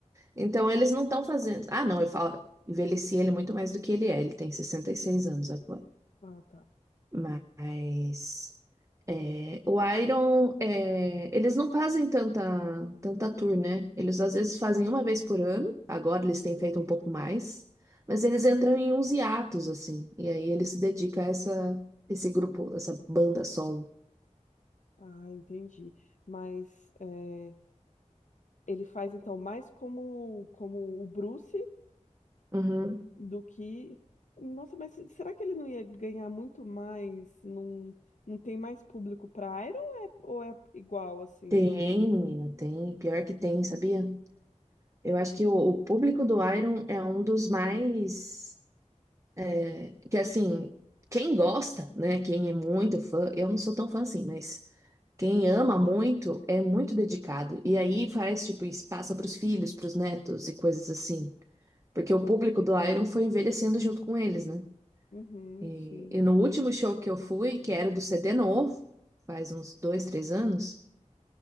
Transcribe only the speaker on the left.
Ah, tá.
Ah, entendi. Mas é, ele faz então mais como como o Bruce
do que Nossa, mas será que ele não ia ganhar muito mais? Não, não tem mais público para Iron ou é, ou é igual assim?
Uhum,
sim,
sim.